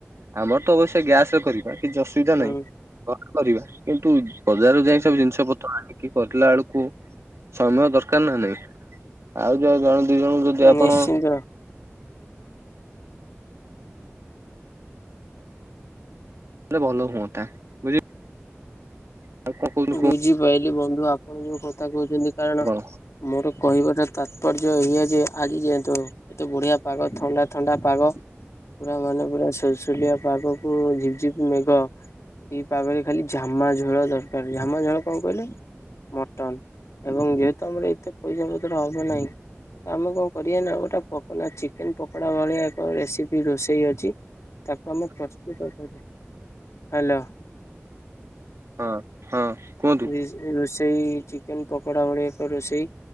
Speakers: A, on the right; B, on the left.
A: ଆମର ତ ଅବଶ୍ୟ ଗ୍ୟାସ୍ ରେ କରିବା କିଛି ଅସୁବିଧା
B: ହୁଁ
A: ନାହିଁ ଘରେ କରିବା। କିନ୍ତୁ ବଜାରରୁ ଯାଇ
B: ହୁଁ
A: ସବୁ ଜିନିଷ ପତ୍ର ଆ କି କରିଲା ବେଳକୁ ସମୟ ଦରକାର୍ ନା ନାହିଁ, ଆଉ ଯ ଜଣ ଦିଇ ଜଣଙ୍କୁ ଯଦି ଆପଣ
B: ନିଶ୍ଚିନ୍ତ
A: ଲେ ଭଲ ହୁଅନ୍ତା ବୁଝି ଆଉ କଣ କହୁଛନ୍ତି କୁହନ୍ତୁ
B: ବୁଝିପାଇଲି ବନ୍ଧୁ ଆପଣ ଯୋଉ କଥା କହୁଛନ୍ତି କାରଣ
A: ଆପଣ
B: ମୋର କହିବାଟା ତାତ୍ପର୍ଯ୍ୟ ଏଇଆ ଯେ ଆଜି ଯାଏନ୍ତ ଏତ ବଢିଆ ପାଗ ଥଣ୍ଡା ଥଣ୍ଡା ପାଗ। ପୁରା ମାନେ ପୁରା ସୁଲସୁଲିଆ ପାଗକୁ ଝିପଝିପ ମେଘ ଏଇ ପାଗରେ ଖାଲି ଝାମା ଝୋଳ ଦରକାର। ଝାମା ଝୋଳ କଣ କହିଲେ? ମଟନ ଏବଂ ଯେହେତୁ ଆମର ଏତେ ପଇସା ପତ୍ର ହବ ନାହିଁ। ତ ଆମେ କଣ କରିବା ନା ଗୋଟେ ପକଡ଼ା ଚିକେନ ପକୋଡା ଭଳିଆ ଏକ ରେସିପି ରୋଷେଇ ଅଛି ତାକୁ ଆମେ ପ୍ରସ୍ତୁତ କରି ହାଲୋ
A: ହଁ ହଁ। କୁହନ୍ତୁ
B: ଦିସ ରୋଷେଇ ଚିକେନ ପକୋଡା ଭଳିଆ ଏକ ରୋଷେଇ